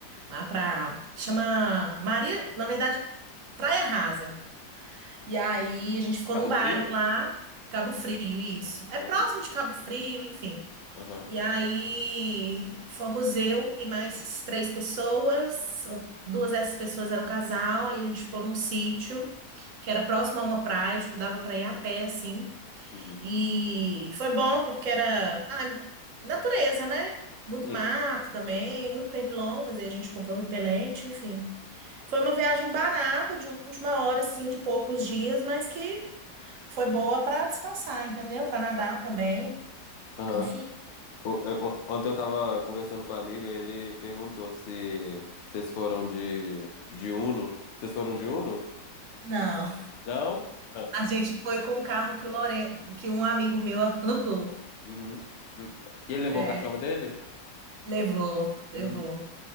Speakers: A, on the right; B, on the left.
A: Lá pra... Chama Maria, na verdade, Praia Rasa. E aí, a gente ficou
B: Cabo
A: num bairro
B: Frio?
A: lá, Cabo Frio, isso. É próximo
B: Uhum.
A: de Cabo Frio, enfim.
B: Aham.
A: E aí fomos eu e mais três pessoas. Um- Duas dessas pessoas eram casal. Aí a gente ficou num sítio que era próximo a uma praia, tipo, dava pra ir a pé, assim.
B: Uhum.
A: E foi bom porque era ah, natureza, né? Muito
B: Sim.
A: mato também, muito pernilongo, mas aí a gente comprou repelente, enfim. Foi uma viagem barata, de última hora, assim, de poucos dias, mas que foi boa pra descansar, entendeu? Pra nadar também,
B: Aham.
A: enfim.
B: O- é, o- Ontem eu tava conversando com um amigo e ele perguntou se vocês foram de, de Uno. Vocês foram de Uno?
A: Não.
B: Não? Ah.
A: A gente foi com um carro que o Lore... que um amigo meu <laughs> alugou.
B: Uhum. Uhum. E ele levou
A: É,
B: o cachorro dele?
A: levou, levou.
B: Hum.